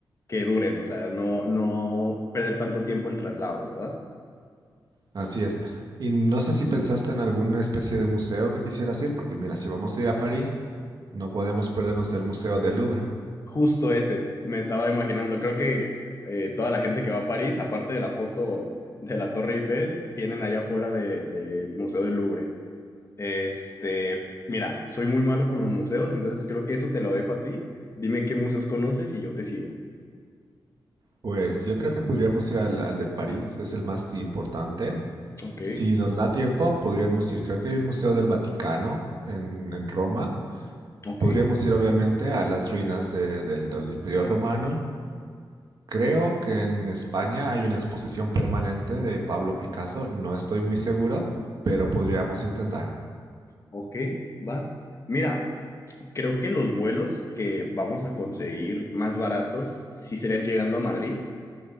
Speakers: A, on the left; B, on the right.
A: que duren, o sea, no, no perder tanto tiempo en traslado, ¿verdad?
B: Así es. Y no sé si pensaste en alguna especie de museo que quisieras ir, porque mira, si vamos a ir a París, no podemos perdernos el Museo del Louvre.
A: Justo ese, me estaba imaginando, creo que eh, toda la gente que va a París, aparte de la foto de la Torre Eiffel, tienen allá afuera de- del Museo del Louvre. Este, mira, soy muy malo con los museos, entonces creo que eso te lo dejo a ti. Dime qué museos conoces y yo te sigo.
B: Pues yo creo que podríamos ir al, al de París, es el más importante.
A: Ok,
B: Si nos da tiempo, podríamos ir, creo que hay un Museo del Vaticano en, en Roma.
A: ok,
B: Podríamos ir obviamente a las ruinas de- del, del Imperio Romano. Creo que en España hay una exposición permanente de Pablo Picasso, no estoy muy seguro, pero podríamos intentar.
A: ok, va. Mira, creo que los vuelos que vamos a conseguir más baratos sí serían llegando a Madrid,